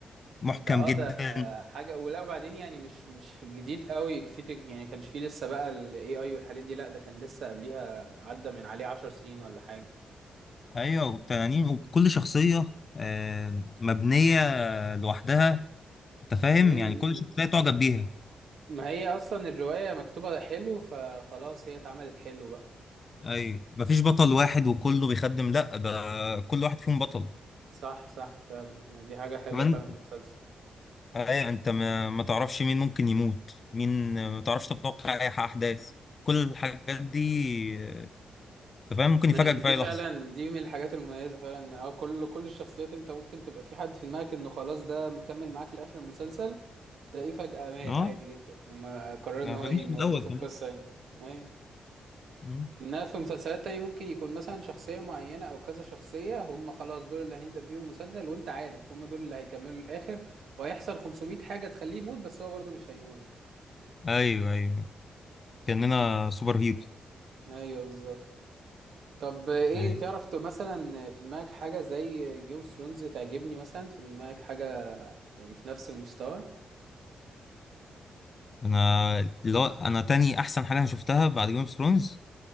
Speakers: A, on the left (about 30°); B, on the right (about 70°).
A: محكم
B: ده اه
A: جدا
B: ده حاجة ولا وبعدين يعني مش مش جديد قوي كفيت يعني كانش فيه لسه بقى ال AI والحاجات دي لا ده كان لسه قبليها عدى من عليه عشر سنين ولا حاجة
A: ايوه والتنانين وكل شخصية آه، مبنية لوحدها انت فاهم
B: امم
A: يعني كل شخصيه تعجب بيها
B: ما هي اصلا الرواية مكتوبة حلو فخلاص هي اتعملت حلو بقى
A: ايوه مفيش بطل واحد وكله بيخدم لا ده كل واحد فيهم بطل
B: صح صح فعلا دي حاجة حلوة
A: كمان
B: فعلا في المسلسل
A: ايوه انت ما, ما تعرفش مين ممكن يموت مين ما تعرفش تتوقع اي احداث كل الحاجات دي آه، انت فاهم ممكن
B: ما-
A: يفاجئك
B: دي
A: في اي
B: فعلا
A: لحظه
B: دي من الحاجات المميزة فعلا اه كل كل الشخصيات انت ممكن تبقى في حد في دماغك انه خلاص ده مكمل معاك لآخر المسلسل تلاقيه فجأة مات
A: اه
B: عادي جدا لما قرر
A: ما
B: ان هو
A: فهمتش
B: يموتوه
A: من الاول
B: في القصة
A: كمان
B: يعني اي
A: مم.
B: انها في مسلسلات تانية ممكن يكون مثلا شخصية معينة او كذا شخصية هم خلاص دول اللي هنبدأ بيهم مسلسل وانت عارف هم دول اللي هيكملوا الآخر وهيحصل 500 حاجة تخليه يموت بس هو برضه مش هيموت
A: ايوه ايوه كاننا سوبر هيروز
B: ايوه بالظبط طب ايه
A: ايوه
B: تعرف ت- مثلا في دماغك حاجة زي جيم اوف ثرونز تعجبني مثلا في دماغك حاجة يعني في نفس المستوى
A: انا اللي هو انا تاني احسن حاجه انا شفتها بعد جيم اوف ثرونز